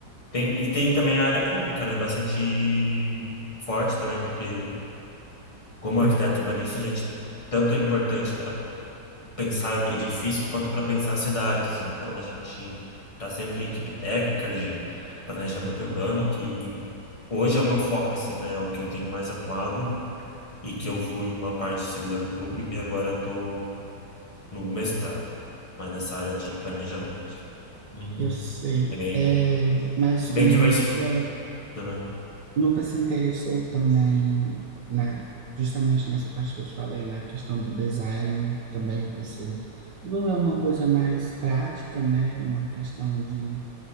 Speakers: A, on the left; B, on the right.
A: Tem, e tem também a área pública, né? Bastante forte também, porque como
B: Sei,
A: arquiteto urbanista, a gente tanto é importante para pensar edifícios quanto para pensar cidades. Então, a gente está sempre em equipe técnica de planejamento urbano, que hoje é o meu foco, assim, né? É o que eu tenho mais atuado. E que eu fui uma parte de servidor público e agora estou no mestrado, mas nessa área de planejamento. Uhum.
B: eu sei,
A: É bem,
B: é, mas tu
A: bem
B: nunca
A: diversificado, né?
B: Nunca se interessou também na, justamente nessa parte que eu te falei, na questão do design também, você envolver uma coisa mais prática, né? Uma questão de